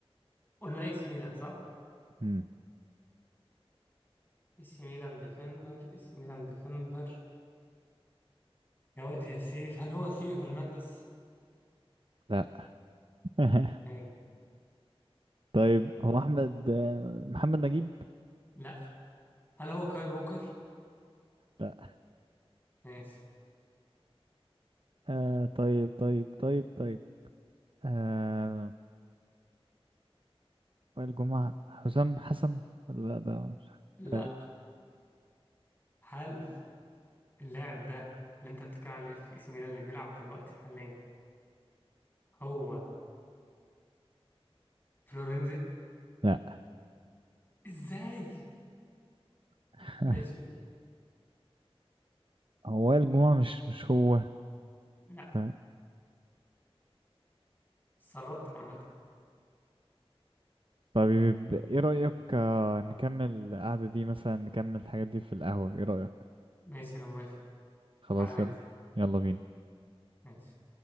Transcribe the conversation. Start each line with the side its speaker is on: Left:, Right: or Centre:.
Left: قلنا اي سي ميلان صح؟
Right: مم،
Left: اي سي ميلان ديفندر اي سي ميلان ديفندر يا واد يا سيف هل هو ثيو هرنانديز؟
Right: لا <laughs>
Left: ماشي.
Right: طيب هو احمد آه، محمد نجيب
Left: لا هل هو كايل ووكر؟
Right: لا
Left: ماشي
Right: آه طيب طيب طيب طيب آه وائل جمعة حسام حسن ولا لا ده مش
Left: لا
Right: آه،
Left: هل اللاعب ده اللي انت بتتكلم عليه اللي في اي سي ميلان اللي بيلعب دلوقتي حاليا هو فلورنزي
Right: لا
Left: ازاي
Right: <laughs>
Left: ماشي قول.
Right: هو وائل جمعة مش مش هو
Left: لا
Right: ف-
Left: اتسربت عامة
Right: طيب ايه رأيك آه نكمل القعدة دي مثلا نكمل الحاجات دي في القهوة ايه رأيك
Left: ماشي انا موافق
Right: خلاص
Left: تعالى
Right: يلا
Left: ننزل
Right: يلا بينا
Left: ماشي